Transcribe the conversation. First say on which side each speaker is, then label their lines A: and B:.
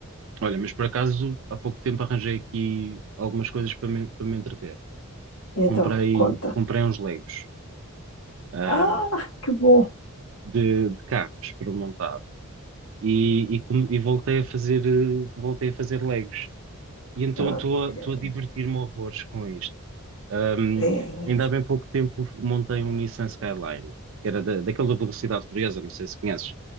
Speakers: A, on the right; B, on the left.
A: olha, mas por acaso, há pouco tempo arranjei aqui algumas coisas para me, para me entreter.
B: Então,
A: comprei,
B: conta.
A: comprei uns Legos, ahm,
B: Ah, que bom.
A: de, de carros para montar e, e come- e voltei a fazer, eh, voltei a fazer Legos. E então
B: Ok.
A: estou a, estou a divertir-me horrores com isto. Ahm,
B: É isso.
A: ainda há bem pouco tempo montei um Nissan Skyline, que era da, daquela velocidade furiosa, não sei se conheces,